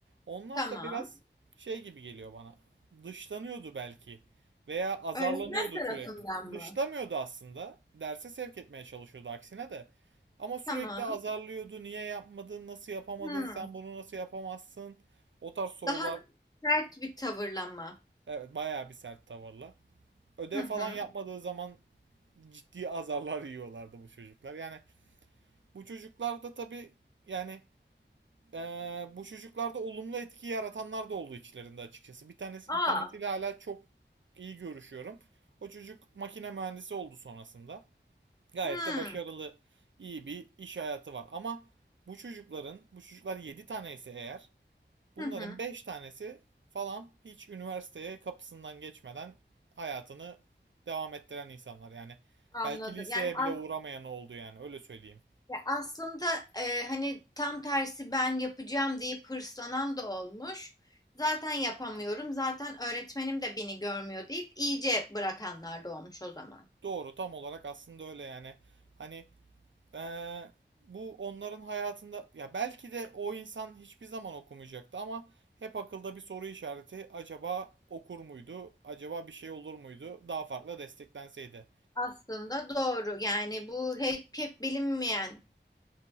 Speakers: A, on the right; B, on the left.
A: onlar
B: Tamam.
A: da biraz şey gibi geliyor bana. Dışlanıyordu belki veya azarlanıyordu
B: Öğretmen tarafından
A: sürekli.
B: mı?
A: Dışlamıyordu aslında. Derse sevk etmeye çalışıyordu aksine de. Ama sürekli
B: Tamam.
A: azarlıyordu. Niye yapmadın? Nasıl yapamadın?
B: Hı.
A: Sen bunu nasıl yapamazsın? O tarz sorular
B: Daha sert bir tavırla mı?
A: evet bayağı bir sert tavırla. Ödev
B: Hı hı.
A: falan yapmadığı zaman ciddi azarlar yiyorlardı bu çocuklar. Yani Bu çocuklarda tabii yani eee, bu çocuklarda olumlu etki yaratanlar da oldu içlerinde açıkçası. Bir tanesi
B: Aa.
A: bir tanesiyle hala çok iyi görüşüyorum. O çocuk makine mühendisi oldu sonrasında. Gayet
B: Hı.
A: de başarılı, iyi bir iş hayatı var. Ama bu çocukların, bu çocuklar 7 tane ise eğer, bunların
B: Hı hı.
A: 5 tanesi falan hiç üniversiteye kapısından geçmeden hayatını devam ettiren insanlar. Yani
B: Anladım.
A: belki liseye
B: Yani as
A: bile uğramayan oldu yani öyle söyleyeyim.
B: ya aslında e, hani tam tersi ben yapacağım deyip hırslanan da olmuş. Zaten yapamıyorum. Zaten öğretmenim de beni görmüyor deyip iyice bırakanlar da olmuş o zaman.
A: Doğru tam olarak aslında öyle yani. Hani eee, bu onların hayatında ya belki de o insan hiçbir zaman okumayacaktı ama hep akılda bir soru işareti acaba okur muydu? Acaba bir şey olur muydu? Daha farklı desteklenseydi.
B: Aslında doğru. Yani bu hep, hep bilinmeyenliklerle